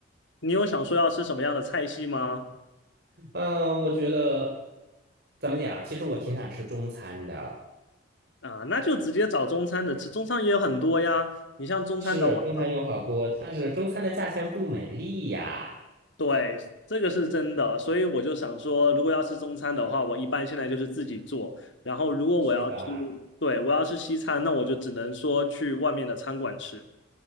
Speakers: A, on the left; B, on the right.
A: 你有想说要吃什么样的菜系吗？
B: 嗯、我觉得怎么讲？其实我挺想吃中餐的。
A: 啊，那就直接找中餐的吃，中餐也有很多呀。你像中餐的话。
B: 是中餐有好锅，但是中餐的价钱不美丽呀，
A: 对，这个是真的，所以我就想说，如果要吃中餐的话，我一般现在就是自己做。然后，如果我要吃，
B: 是吧？
A: 对，我要吃西餐，那我就只能说去外面的餐馆吃。